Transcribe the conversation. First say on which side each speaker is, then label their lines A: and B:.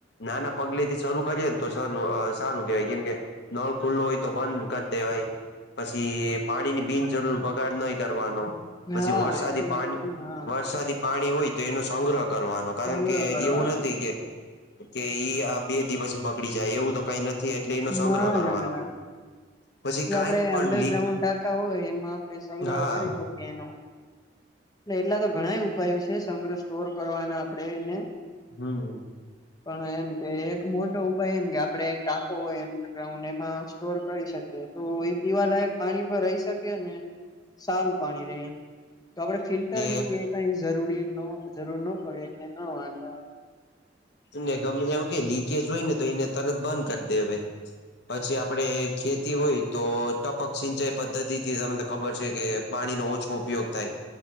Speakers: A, on the left; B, on the left.
A: નાના પગલે થી શરૂ કરી ને તો સારું સારું કેવાય કેમ કે, નળ ખુલ્લો હોય તો બંધ કરી દેવાય. પછી પાણી ની બિનજરૂર બગાડ નહીં કરવાનો.
B: હા
A: પછી વરસાદી
B: એ તો મૈ
A: પાણી
B: કીધું હા,
A: વરસાદી પાણી હોય તો એનો સંગ્રહ કરવાનો કારણ
B: સંગ્રહ
A: કે
B: કરવાનો.
A: એવું નથી કે, કે ઈ આ બે દિવસ બગડી જાય એવું તો કઈ નથી એટલે એનો સંગ્રહ
B: ના
A: કરવાનો.
B: ના ના
A: પછી કાંઈક
B: આપડે
A: પણ
B: અંડરગ્રાઉન્ડ
A: લીક
B: ટાંકા હોય એમાં આપણે સંગ્રહ
A: હા
B: કરી શકીએ, એનો એટ એટલા તો ઘણાય ઉપાયો છે, સંગ્રહ સ્ટોર કરવાના આપડે એને,
A: હમ,
B: <inaudible> પણ એમ કે એક મોટો ઉપાય એમ કે આપડે એક ટાકો હોય અંડરગ્રાઉન્ડ એમાં સ્ટોર કરી શકીએ, તો એ પીવાલાયક પાણી પર રહી શકે ને સારું પાણી રહે એમ, તો આપડે ફિલ્ટરની
A: ને
B: કે એવી કઈ જરૂરી નો જરૂર ન પડે એટલે નો વાંધો આવે,
A: ને ગમે એમ કે લીકેજ હોય ને તો એને તરત બંધ કરી દેવાય, પછી આપણે ખેતી હોય તો ટપક સિંચાઈ પદ્ધતિ થી તમને ખબર છે કે, પાણીનો ઓછ ઉપયોગ થાય.